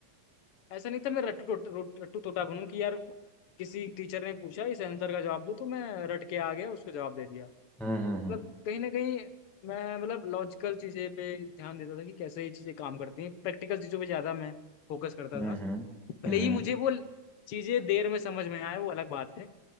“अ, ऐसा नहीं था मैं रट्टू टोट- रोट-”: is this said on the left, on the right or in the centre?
Left